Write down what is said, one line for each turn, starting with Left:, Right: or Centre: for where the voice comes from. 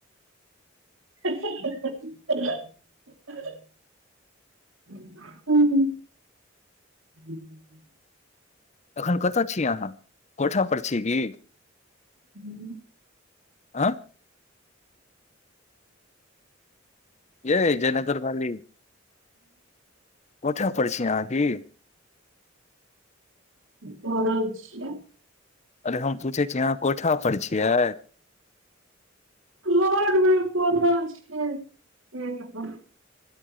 Right: हँ हा हह हुँ
Left: अखन कतय छी अहाँ कोठा पर छी की
Right: हूं
Left: आँ ये जयनगर वाली कोठा पर छी अहाँ की
Right: परल छिय
Left: अरे हम पूछे छी अहाँ कोठा पर छियै
Right: घरमे परल छिय बेड पर